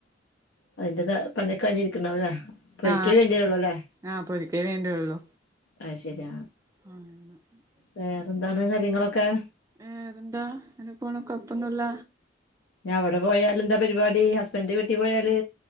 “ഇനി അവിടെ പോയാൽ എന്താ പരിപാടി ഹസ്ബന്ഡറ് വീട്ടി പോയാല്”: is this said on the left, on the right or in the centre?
Left